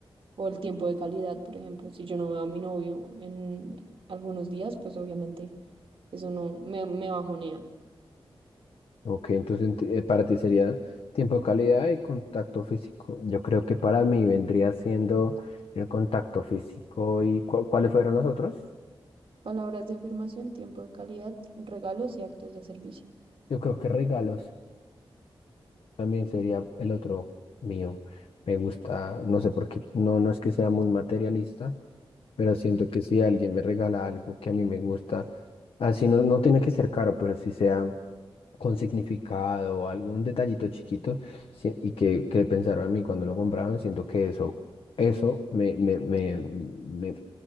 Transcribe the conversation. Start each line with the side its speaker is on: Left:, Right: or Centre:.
Right: o el tiempo de calidad, por ejemplo. Si yo no veo a mi novio en algunos días, pues obviamente eso no me, me bajonea.
Left: Ok, entonces enti- eh, para ti sería tiempo de calidad y contacto físico. Yo creo que para mí vendría siendo el contacto físico y cu- ¿cuáles fueron los otros?
Right: Palabras de afirmación, tiempo de calidad, regalos y actos de servicio.
Left: Yo creo que regalos también sería el otro mío. Me gusta, no sé por qué, no, no es que sea muy materialista, pero siento que si alguien me regala algo que a mí me gusta, así no, no tiene que ser caro, pero si sea con significado o algún detallito chiquito sí, y que, que pensaron en mí cuando lo compraron, siento que eso, eso me, me, me, me,